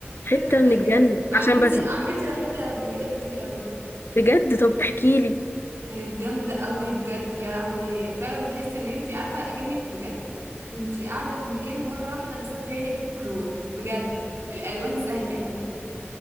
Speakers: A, on the left (about 60°); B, on the right (about 80°).
A: حته
B: كنت متأكدة
A: من الجنه
B: عمتي
A: عشان بس
B: عمتي راحتها قبل كده كتير قوي
A: بجد طب احكي لي
B: كانت جامدة قوي بجد يا لهوي فعلا تحس ان انتي عارفة اكنك بجد كنتي قاعدة في مكان ومرة واحدة غسلتي عينك بكلور بجد الالوان زاهية قوي كده